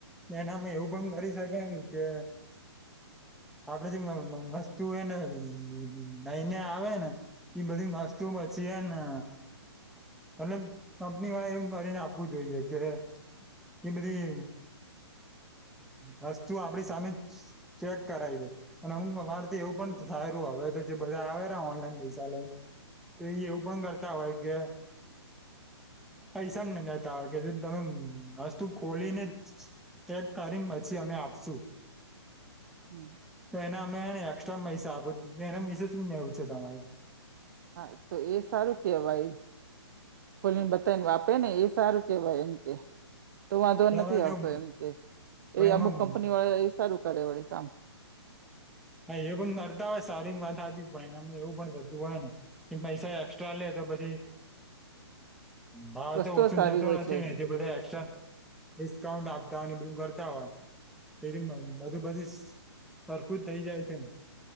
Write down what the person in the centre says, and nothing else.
એનામાં એવું પણ કરી શકાય કે આપડે જે વસ્તુ એયને લઈને આવે ને ઈ બધી વસ્તુ બચી એ ને એટલે કંપની માં એમ કરીને આપવું જોઈએ કે એ બધી વસ્તુ આપડી સામે ચેક કરાઈલે અને અમુક અમારેથી એવું પણ થાય રહ્યું હવે તો જે બધા આવે ઓનલાઈન પૈસા લઈને તો એ એવું પણ કરતા હોય કે પૈસા ને લેતા કે જે તમે વસ્તુ ખોલીને ચેક કરીને પછી અમે આપશુ
તો એને અમેને એક્સ્ટ્રા પૈસા આપ એના વિશે શું નેવું છે તમારું
પણ
હવે
જો
પણ
એમાં
હા એ પણ કરતા હોય સારી વાત સાચ પણ ને અમે એવું પણ થતું હોય ને કે પૈસા એક્સ્ટ્રા લે તો પછી હાવ
તો ઓછું
થતું
નથી
ને જે બધા એક્સટ્રા ડિસ્કાઉન્ટ આપતા હોય એ બધું કરતા હોય તે બજુ બધુ સરખું જ થઈ જાય છે